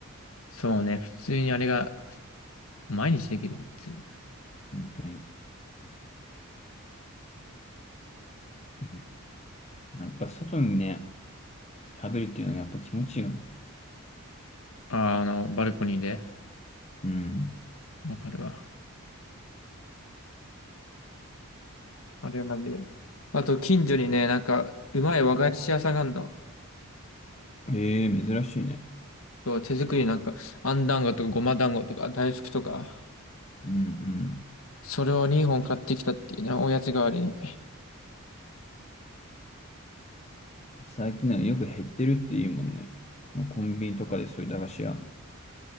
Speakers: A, on the left; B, on the left.
A: そうね、普通にあれが、毎日できるわっていう。
B: 本当に。うんやっぱ外にね、食べるっていうのがやっぱ気持ちいいよな。
A: あ、あの、バルコニーで。
B: うん。
A: わかるわ。あれマジで。あと、近所にね、なんか、うまい和菓子屋さんがあるの。
B: ええ珍しいね。
A: そう手作りなんか、あん団子とかごま団子とか大福とか、
B: うん
A: それを2本買ってきたっていうね、おやつ代わりに。
B: うん。最近はよく減ってるって言うもんね。もうコンビニとかでそういう駄菓子屋。